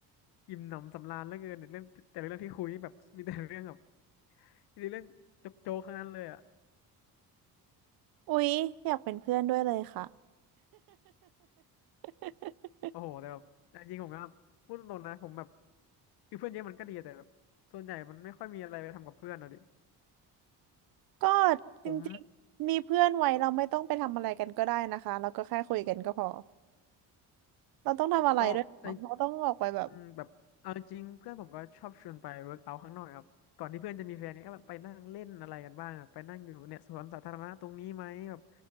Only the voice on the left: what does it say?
อิ่มหนำสำราญเหลือเกินเนี่ยเรื่องแต่ละเรื่องที่คุยนี่แบบมีแต่เรื่องแบบมีแต่เรื่องโจ๊กๆทั้งนั้นเลยอ่ะ
โอ้โหแต่แบบจริงๆผมก็พูดตรงๆนะผมแบบคือเพื่อนเยอะมันก็ดีแต่แบบส่วนใหญ่มันไม่ค่อยมีอะไรไปทำกับเพื่อนอะดิ
ผม
ก็ไอ อืมแบบเอาจริงเพื่อนผมก็ชอบชวนไปเวิร์กเอาท์ข้างนอกครับก่อนที่เพื่อนจะมีแฟนเนี่ยก็แบบไปนั่งเล่นอะไรกันบ้างอะไปนั่งอยู่เนี่ยสวนสาธารณะตรงนี้ไหมแบบ